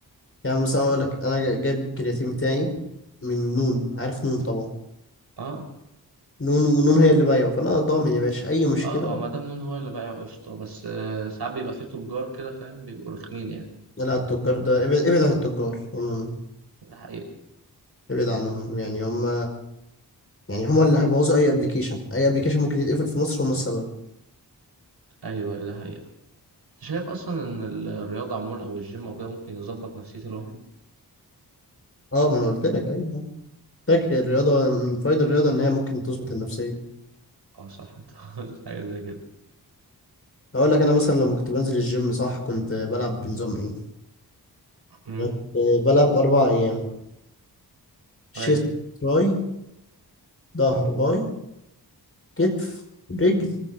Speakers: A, on the left; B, on the right.
A: يعني مثلا اقول لك انا جا- جايب الكرياتين بتاعي من نون عارف نون طبعا
B: اه
A: نون ونون هي اللي بايعه فانا ضامن يا باشا اي مشكلة
B: اه اه مدام نون هو اللي بايع قشطة بس آه، ساعات بيبقى فيه تجار كده فاهم بيبقوا رخمين يعني
A: لا التجار ده ابعد ابعد عن التجار عموما
B: ده حقيقة
A: ابعد عنهم يعني هم يعني هما اللي هيبوظوا اي ابلكيشن اي ابلكيشن ممكن يتقفل في مصر هما السبب
B: ايوه ايوه ده حقيقة انت شايف اصلا ان ال- الرياضة عموما او الجيم او كده ممكن يظبط نفسية الواحد
A: اه ما انا قلت لك ايوه فاكر الرياضه من فوائد الرياضه ان هي ممكن تظبط النفسيه
B: اه صح انت <laughs> قلت حاجة زي كده
A: هقول لك انا مثلا لما كنت بنزل الجيم صح كنت بلعب بنظام ايه
B: امم
A: أنا كنت بلعب اربع ايام شيست
B: ايوه
A: تراي ظهر باي كتف رجل